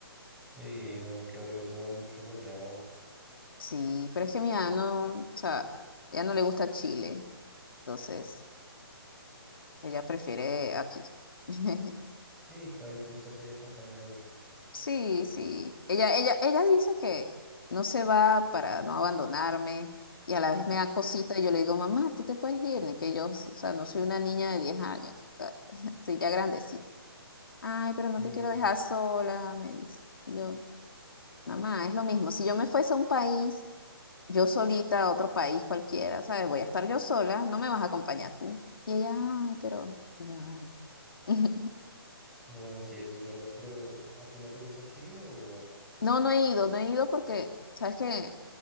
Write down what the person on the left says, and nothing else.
Sí, pero es que mi mamá no, o sea, ella no le gusta Chile, entonces ella prefiere aquí. <laughs>
Sí, sí. Ella, ella, ella dice que no se va para no abandonarme y a la vez me da cosita y yo le digo, mamá, tú te puedes ir, ni que yo, o sea, no soy una niña de 10 años, o sea, <laughs> estoy ya grandecita. Ay, pero no
te quiero dejar sola, me dice. Y Yo, Mamá, es lo mismo. Si yo me fuese a un país, yo solita a otro país cualquiera, ¿sabes? Voy a estar yo sola, no me vas a acompañar tú. Y ella, ay, pero... y yo, "Ay". <laughs>
No, no he ido, no he ido porque, ¿sabes que